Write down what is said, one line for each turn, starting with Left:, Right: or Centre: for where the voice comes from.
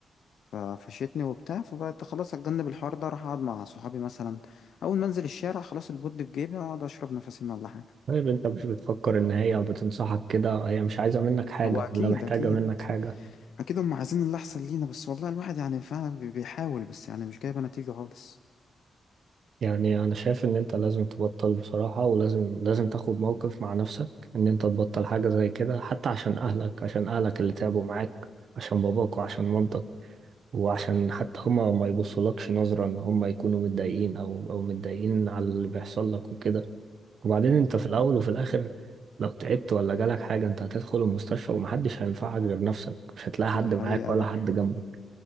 Left: ففشيتني وبتاع فبقيت خلاص اتجنب الحوار ده اروح اقعد مع صحابي مثلا اول ما انزل الشارع خلاص البود في جيبي اقعد اشرب نفسي ولا حاجه
Right: طيب انت مش بتفكر ان هي بتنصحك كده هي مش عايزة منك حاجة
Left: هو اكيد
Right: ولا محتاجة
Left: اكيد
Right: منك حاجة
Left: اكيد هم عايزين اللي احسن لينا بس والله الواحد يعني فعلا بي- بيحاول بس يعني مش جايبه نتيجه خالص
Right: يعني انا شايف ان انت لازم تبطل بصراحة ولازم لازم تاخد موقف مع نفسك ان انت تبطل حاجة زي كده حتى عشان اهلك عشان اهلك اللي تعبوا معاك عشان باباك وعشان مامتك وعشان حتى هما ما يبصولكش نظرة ان هما يكونوا متضايقين او او متضايقين على اللي بيحصل لك وكده وبعدين انت في الاول وفي الاخر لو تعبت ولا جالك حاجة انت هتدخل المستشفى ومحدش هينفعك غير نفسك مش هتلاقي حد
Left: ده حقيقه
Right: معاك ولا
Left: بقى
Right: حد جنبك